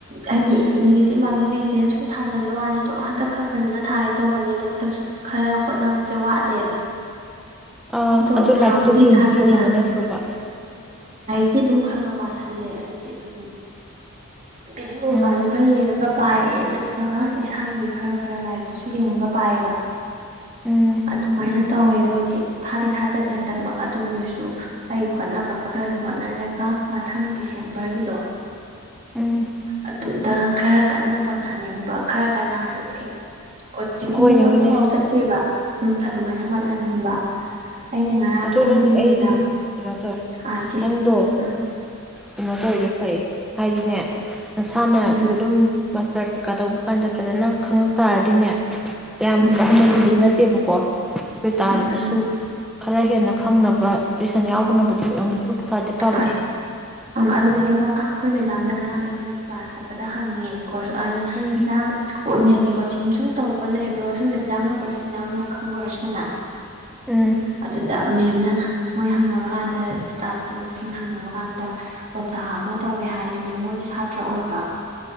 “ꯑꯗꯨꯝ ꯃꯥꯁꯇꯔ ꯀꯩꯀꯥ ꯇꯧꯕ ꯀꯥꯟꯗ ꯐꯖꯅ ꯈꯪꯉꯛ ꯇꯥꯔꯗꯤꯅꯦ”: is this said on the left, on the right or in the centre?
Centre